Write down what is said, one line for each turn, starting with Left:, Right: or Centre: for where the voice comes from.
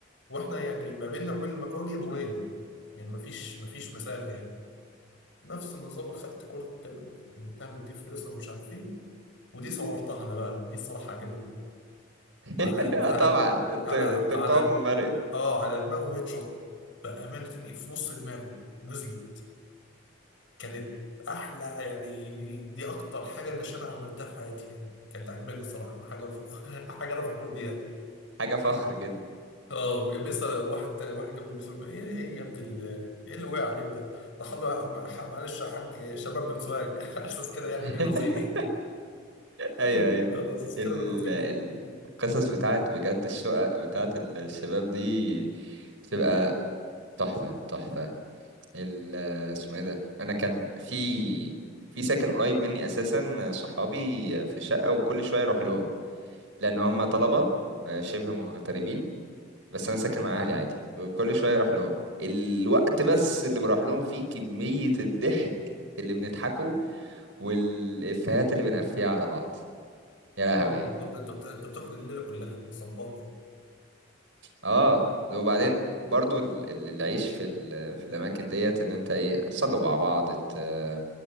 Left: واحنا يعني ما بيننا وبين المكواجي دورين يعني مفيش مفيش مسافة يعني نفس النظام اخدت كرة التلج عملتها من دي فلوسها ومش عارف ايه ودي صورتها انا بقى دي الصراحة عجبتني
Right: <laughs>
Left: على
Right: آه
Left: على
Right: طبعا انت
Left: على
Right: انتقام
Left: على
Right: مرئي
Left: اه على دماغه هيد شوت بأمانة اني في نص دماغه نزلت كانت احلى يعني دي اكتر حاجه اللي انا عملتها في حياتي يعني كانت عجباني الصراحه حاجه فخ... <laughs> حاجه انا فخور بيها
Right: حاجة فخر كده
Left: اه بيسال واحد تاني- واحد جنبه بيسال ايه ايه يا ابني ال- ايه اللي وقع عليك ده راح قال له يا عم- ح- معلش يا حاج شباب من سوهاج <laughs> على اساس كده يعني
Right: <laughs>
Left: بيرازيني <laughs>
Right: ايوه ايوه
Left: على اساس كده
Right: ال...
Left: بيرازيني
Right: ال... القصص بتاعت بجد الشقق بتاعت الشباب دي بتبقى تحفة تحفة ال اسمه ايه ده انا كان في في ساكن قريب مني اساسا صحابي في شقه وكل شويه اروح لهم لان هم طلبه آه، شبه مغتربين بس انا ساكن مع اهلي عادي وكل شويه اروح لهم الوقت بس اللي بروح لهم فيه كميه الضحك اللي بنضحكه والافيهات اللي بنقفيها على بعض يا
Left: اه
Right: لهوي
Left: بالظبط انت بت... انت بتاخد الليله كلها صباحي
Right: اه وبعدين برضو ال- ال- العيش في ال- في الاماكن ديت ان انت ايه تصلوا مع بعض ت-